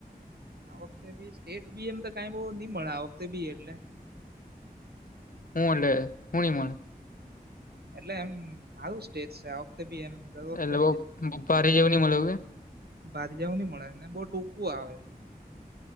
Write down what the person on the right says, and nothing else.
આ વખતે બી સ્ટેટ બી એમ તો કઈ બહ નઈ મળે આ વખતે બી એટલે.
એટલે એમ સારું સ્ટેજ છે આ વખતે બી એમ. દર વખતે
ભા જવું નહ મળે ને બહુ ટૂંકું આવે એટલે.